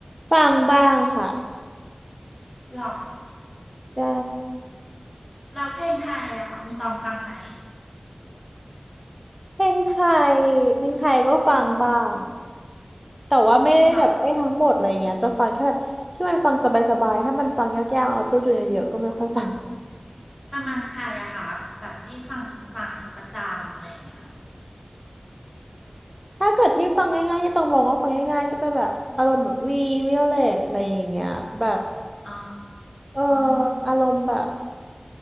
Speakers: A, on the right; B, on the left.
A: ฟังบ้างค่ะ
B: หรอ
A: ใช่
B: เราเพลงไทยอะคุณตองฟังไหม
A: เพลงไทยเพลงไทยก็ฟังบ้างแต่ว่าไม่ได้แบบไม่ทั้งหมดอะไรเงี้ยจะฟังแค่แบบที่มันฟังสบายๆถ้ามันฟังยากๆออโต้จูนเยอะๆก็ไม่ค่อยฟัง
B: หรอ ประมาณใครอะคะแบบที่ฟังฟังประจำอะไรอย่างเงี้ย
A: ถ้าเกิดที่ฟังง่ายๆที่ตองมองว่าฟังง่ายๆก็จะแบบอารมณ์แบบวีวิโอเลตอะไรอย่างเงี้ยแบบ
B: อ๋อ
A: เอออมอารมณ์แบบ